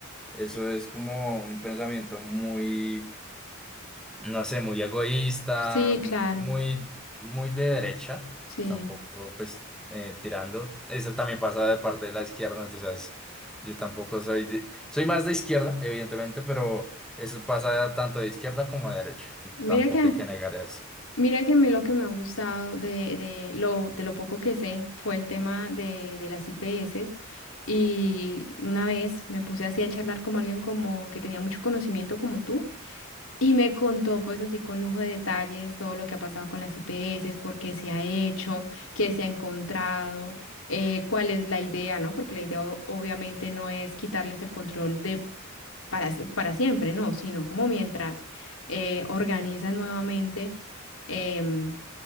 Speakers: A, in the centre; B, on the left (about 80°).
A: Eso es como un pensamiento muy, no sé, muy egoísta,
B: Sí,
A: mu-
B: claro,
A: muy, muy de derecha,
B: sí.
A: tampoco pues eh, tirando. Eso también pasa de parte de la izquierda, entonces yo tampoco soy de- soy más de izquierda, evidentemente, pero eso pasa tanto de izquierda como de derecha.
B: Mira
A: Tampoco
B: que
A: hay que negar eso.
B: Mira que a mí lo que me ha gustado de, de lo, de lo poco que sé fue el tema de, de las IPS y una vez me puse así a charlar con alguien como que tenía mucho conocimiento como tú y me contó pues así con lujo de detalles todo lo que ha pasado con las IPS, por qué se ha hecho, qué se ha encontrado, eh, cuál es la idea, ¿no? Porque la idea o- obviamente no es quitarles el control de para, sie- para siempre, no, sino como mientras eh, organizan nuevamente. em,